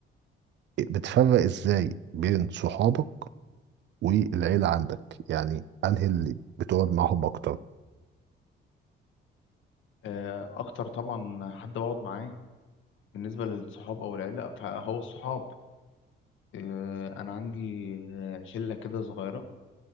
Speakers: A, on the right; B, on the left.
A: بتفرق إزاي بين صحابك والعيلة عندك يعني انهي اللي بتقعد معاهم اكتر
B: آه، اكتر طبعا حد بقعد معاه بالنسبه للصحاب او العيله فهو الصحاب آه، انا عندي آه، شله كده صغيره